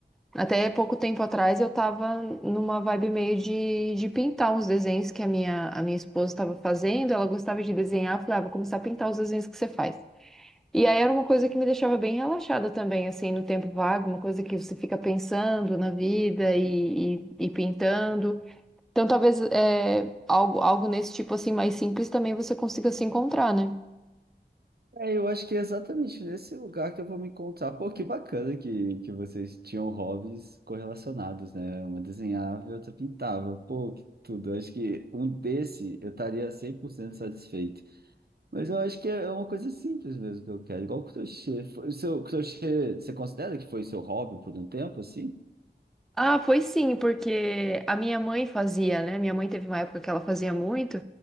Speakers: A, in the centre; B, on the right.
A: Até pouco tempo atrás eu tava numa vibe meio de, de pintar uns desenhos que a minha, a minha esposa estava fazendo, ela gostava de desenhar, eu falei, ah, vou começar a pintar os desenhos que você faz. E aí era uma coisa que me deixava bem relaxada também, assim, no tempo vago, uma coisa que você fica pensando na vida e, e, e pintando. Então talvez é, algo, algo nesse tipo assim mais simples também você consiga se encontrar, né?
B: É, eu acho que é exatamente nesse lugar que eu vou me encontrar. Pô, que bacana que, que vocês tinham hobbies correlacionados, né? Uma desenhava e outra pintava. Pô, que tudo. Eu acho que um desse eu estaria 100% satisfeito. Mas eu acho que é uma coisa simples mesmo que eu quero, igual crochê. Foi- O seu crochê, você considera que foi seu hobby por um tempo, assim?
A: Ah, foi sim, porque a minha mãe fazia, né? Minha mãe teve uma época que ela fazia muito,